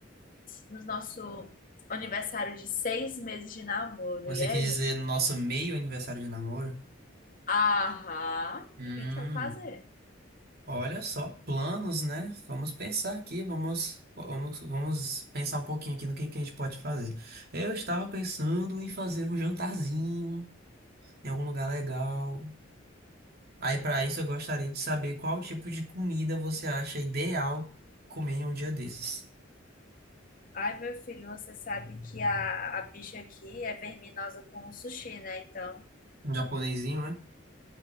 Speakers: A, on the left; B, on the right.
A: no nosso aniversário de seis meses de namoro.
B: Você
A: E aí?
B: quis dizer nosso meio aniversário de namoro?
A: Aham,
B: Hum,
A: o que a gente vai fazer?
B: olha só, planos, né? Vamos pensar aqui, vamos, vamos, vamos pensar um pouquinho aqui no que que a gente pode fazer. Eu estava pensando em fazer um jantarzinho em algum lugar legal. Aí, para isso, eu gostaria de saber qual tipo de comida você acha ideal comer em um dia desses.
A: Ai, meu filho, você sabe que a, a bicha aqui é verminosa com sushi, né? Então.
B: Um japonesinho, né?